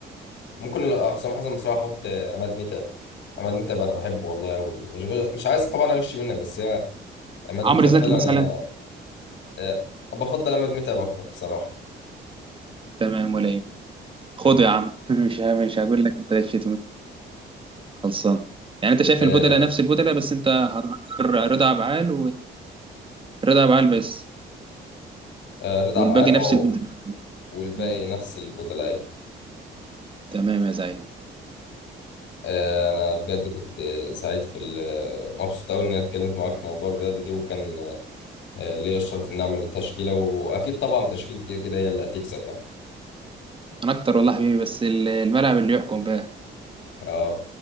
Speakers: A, on the left (about 70°); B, on the right (about 25°).
A: ممكن لو- آه، حسام حسن بصراحه احط آه، عماد متعب عماد متعب انا بحبه والله قوي مش غ... مش عايز طبعا اغش منك بس هي عماد
B: عمرو
A: متعب
B: زكي
A: فعلا
B: مثلا
A: انا آه، بفضل عماد متعب اكتر بصراحه
B: تمام ولا ايه خده
A: مم.
B: يا عم <laughs> مش ه- مش هقول لك انت ليش خلصان يعني انت شايف
A: آه،
B: البدلة نفس البدلة بس انت هتغير رضا عبعال ورضا عبعال بس
A: آه، رضا
B: والباقي
A: عبعال
B: نفس
A: اه
B: البدلة
A: والباقي
B: مم.
A: نفس البطلاء
B: تمام يا زعيم
A: آه، انا بجد كنت آه، سعيد في ال- آه، مبسوط قوي اني اتكلمت معاك في موضوع الرياضه دي وكان آه، ليا الشرف ان اعمل تشكيله واكيد طبعا تشكيلتي كده كده هي اللي هتكسب يعني
B: انا اكتر والله حبيبي بس ال- الملعب اللي يحكم بقى
A: اه